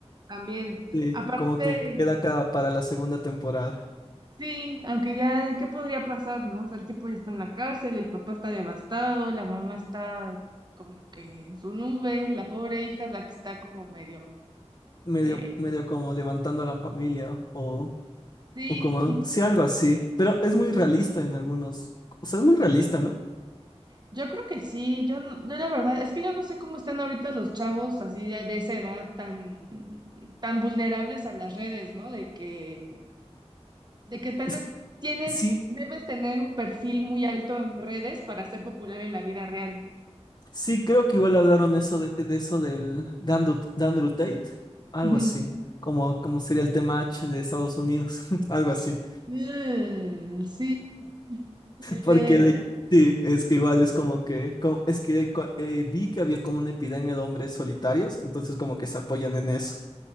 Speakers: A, on the right (about 40°); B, on the left (about 45°).
A: también.
B: Sí,
A: Aparte,
B: como que queda acá para la segunda temporada.
A: sí, aunque ya, ¿qué podría pasar, no? O sea, el tipo ya está en la cárcel, el papá está devastado, la mamá está como que en su nube, la pobre hija es la que está como medio...
B: Medio,
A: eh,
B: medio como levantando a la familia o
A: sí,
B: o como
A: y
B: sí, algo así, pero es muy realista en algunos, o sea, es muy realista, ¿no?
A: yo creo que sí, yo, no- yo la verdad, es que yo no sé cómo están ahorita los chavos así de de esa edad tan, tan vulnerables a las redes, ¿no? De que de que tal
B: Es
A: vez
B: que
A: tienes,
B: sí,
A: debes tener un perfil muy alto en redes para ser popular en la vida real.
B: sí, creo que igual hablaron eso de, de eso del de Andrew, de Andrew Tate, algo
A: Ujú.
B: así, como, como sería el tema H de Estados Unidos, <laughs> algo así,
A: Mm, sí, el
B: porque
A: de-
B: de- sí, es que igual es como que, como- es que hay cua- eh, vi que había como una epidemia de hombres solitarios, entonces como que se apoyan en eso.